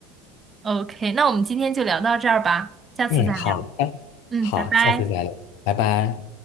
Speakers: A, on the right; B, on the left.
A: OK，那我们今天就聊到这儿吧，下次再聊。
B: 哎，好的，
A: 嗯，
B: 好，
A: 拜拜。
B: 下次再聊，拜拜。